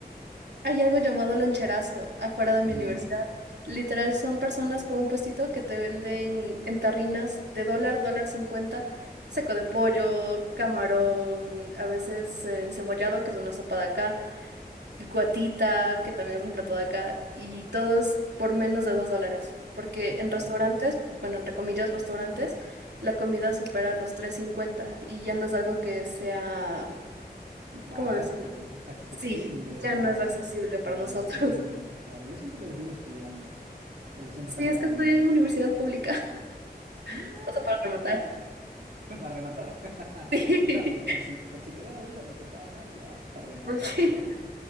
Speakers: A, on the right; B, on the right.
A: Hay algo llamado loncherazo afuera de
B: <laughs>
A: mi universidad. Literal, son personas con un puestito que te venden en tarrinas de dólar, dólar cincuenta, seco de pollo, camarón, a veces eh, encebollado, que es una sopa de acá, guatita, que también es un plato de acá, y todo es por menos de dos dólares. Porque
B: Uh,
A: en restaurantes, bueno, entre comillas, restaurantes, la comida supera los tres cincuenta y ya no es algo que sea,
B: barato,
A: ¿cómo decir?
B: accesible
A: Sí, ya
B: para,
A: no es accesible para
B: para
A: nosotros.
B: el estudiambre. Claro, yo siempre les digo estudiambres, porque siempre
A: Sí,
B: están
A: es
B: con
A: que
B: hambre.
A: estudié en universidad pública,
B: No.
A: <laughs> o sea, para rematar.
B: <laughs> Para rematar. <laughs>
A: <laughs> Sí,
B: No, por, por si, por si quedaba duda de que estaba mal, ya para rematar,
A: por si,
B: ¿verdad?